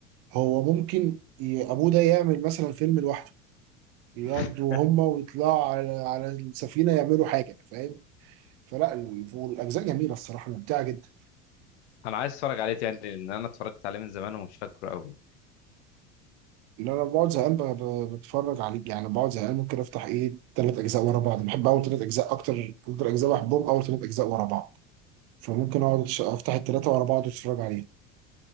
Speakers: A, on the right; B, on the left.
A: هو ممكن ي- ابوه ده يعمل مثلا فيلم لوحده ياخدوا
B: <laughs>
A: هما ويطلعوا على على السفينه يعملوا حاجه فاهم فلا ال- والاجزاء جميله الصراحه ممتعه جدا
B: انا عايز اتفرج عليه تاني لان انا اتفرجت عليه من زمان ومش فاكره قوي
A: اللي انا بقعد زهقان ب- ب- بتفرج عليه يعني بقعد زهقان ممكن افتح ايه ثلاث اجزاء ورا بعض بحب اول ثلاث اجزاء اكتر اكتر اجزاء بحبهم اول ثلاث اجزاء ورا بعض فممكن اقعد أتش- افتح الثلاثه ورا بعض واتفرج عليهم